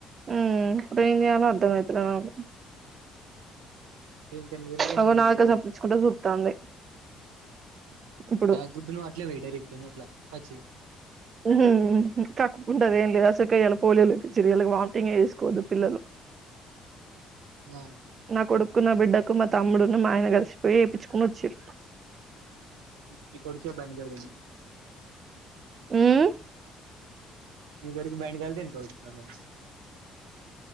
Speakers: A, on the right; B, on the right.
A: హ్మ్ ఇపుడు ఎం చేయాలో అర్థం అయితలేదు నాకు
B: ఇంకా నిదుర నుంచి
A: అగో
B: మేలుకోలే
A: నాలుక సప్పుడిచ్చుకుంట
B: ఇంకా
A: చూత్తాంది ఇప్పుడు
B: ఆ గుడ్డు ను ఆట్లే వోయి డైరెక్ట్ నోట్ల పచ్చి
A: హ్మ్మ్ కక్కుంటది ఏం లేదు అసలుకె పోలియోలు ఎపిచ్చురు ఇలా వామిటింగ్ చేస్ కోదు పిల్లలు
B: ఆ
A: నా కొడుక్కు, నా బిడ్డక్కు మా తమ్ముడును, మా ఆయన కలిసిపోయి ఎపిచుకొని వచ్చిర్.
B: నీ కొడుకు బండి తోలు
A: ఉమ్
B: నీ కొడుకు బండి తొలితే ఎనుక కూచునము